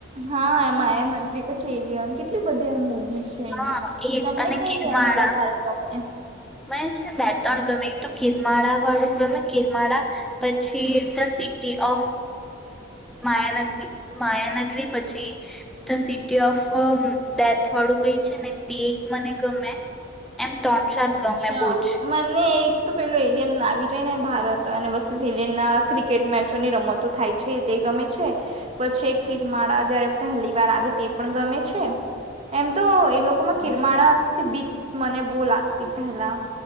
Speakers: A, on the right (about 30°); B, in the centre.
A: હા એમ એ નત્રી પછી એલિયન કેટલી બધી એમ મુવી છેની
B: હા એજ
A: તમને
B: અને
A: કઈ
B: કિરમાળા
A: એમ વધારે ગમે
B: મને છે ને બે ત્રણ ગમે એક તો કિરમાળા વાળું ગમે ગિરમાળા પછી ઓફ માયાનગરી માયાનગરી પછી ધ સિટી ઓફ થ વાળું કઈ છે ને તે મને ગમે એમ ત્રણ ચાર ગમે
A: <unintelligible>
B: બહુ જ
A: એક તો પેલું એલિયન આવી જાય ને ભારત અને બ એલિયન ના ક્રિકેટ મેચોની રમતો થાય છે તે ગમે છે પછી એક કિરમાળા જયારે પહેલી વાર આવે તે પણ ગમે છે એમ તો એ લોકોમાં કિરમાળથી બીક મને બોવ લાગતી પેલા